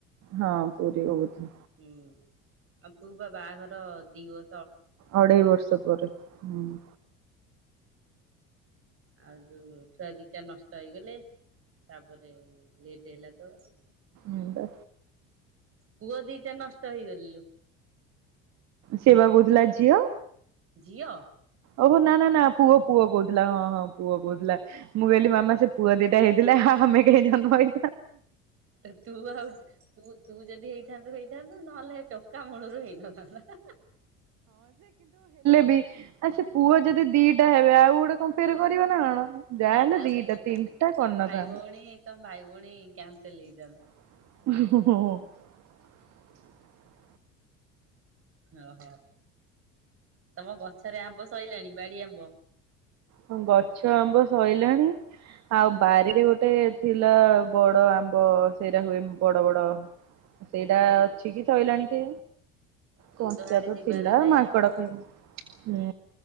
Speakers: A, on the right; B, on the right.
A: ହଁ ପୁରୀବ ବୋଧେ
B: ହୁଁ ଆଉ ତୁ ବା ବାହାଘର ଦିଇ ବ
A: ଅଢେଇ ବର୍ଷ ପରେ ହୁଁ।
B: ଆଉ ଯୋଉ ଛୁଆ ଦିଇ ଟା ନଷ୍ଟ ହେଇଗଲେ ତାପରେ ଲେଟ ହେଲା ତୋର
A: ହୁଁ ପା
B: ପୁଅ ଦିଇଟା ନଷ୍ଟ ହେଇଗଲେଲ
A: ସେବା କୋହୁ ଥିଲା ଝିଅ
B: ଝିଅ
A: ଓହୋ ନା ନା ନା ପୁଅ ପୁଅ କହୁଥିଲା ହଁ ହଁ ପୁଅ କହୁଥିଲା। ମୁଁ କହିଲି ମାମା ସେ ପୁଅ ଦିଇଟା ହେଇଥିଲା ଆମେ କାହିଁ ଜନ୍ମ ହେଇ
B: ତୁ ତୁ ଆଉ ତୁ ଯଦି ହେଇଥାନ୍ତୁ ହେଇଥାନ୍ତୁ ନହେଲେ ଟୋ କା ମୁଳୁରୁ ହେଇନଥାନ୍ତା
A: ଆଉ ସେ ପୁଅ ଯଦି ଦିଟା ହେବେ ଆଉ ଗୋଟେ କଣ ଫେରେ କରିବ ନା କଣ? ଯାହାହେଲେ
B: ନା ଆଉ
A: ଦିଟା
B: ହେଇନଥାନ୍ତେ
A: ତିନିଟା
B: ତମ
A: କରିନଥାନ୍ତା।
B: ଭାଇ ଭଉଣୀ ତମ ଭାଇ ଭଉଣୀ କା ଜତା
A: <unintelligible>
B: ଓ ହୋ। ତମ ଗଛରେ ଆମ୍ବ ସରଲାଣି ବାଡି ଆମ୍ବ
A: ହ ଗଛ ଆମ୍ବ ସୋଇଲାଣି ଆଉ ବାରିରେ ଗୋଟେ ଥିଲା ବଡ ଆମ୍ବ ସେଇଟା ହୁଏ ବଡ ବଡ ସେଇଟା
B: ହୁଁ
A: ଅଛି କି ସରଲାାଣି କି
B: ତୁ
A: କଞ୍ଚା
B: ହାଡେ
A: ତ
B: ଯିବାରେ
A: ଥିଲା
B: ନାହିଁ
A: ମାଙ୍କଡ
B: ଆଉ ହୁଁ
A: ଖାଇ ହୁଁ।